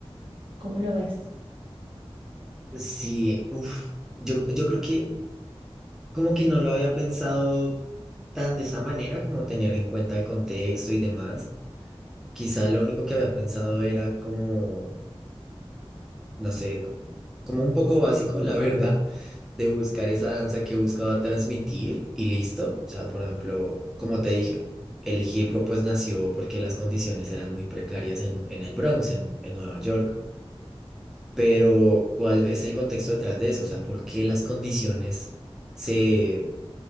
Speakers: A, on the right; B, in the centre.
A: ¿Cómo lo ves?
B: Sí, uf, yo, yo creo que como que no lo había pensado tan de esa manera, como tener en cuenta el contexto y demás. Quizá lo único que había pensado era como no sé, co- como un poco básico, la verdad, de buscar esa danza que buscaba transmitir y listo. O sea, por ejemplo, como te dije, el hip hop pues nació porque las condiciones eran muy precarias en, en el Bronx, en, en Nueva York. Pero, ¿cuál es el contexto detrás de eso? O sea, ¿por qué las condiciones se,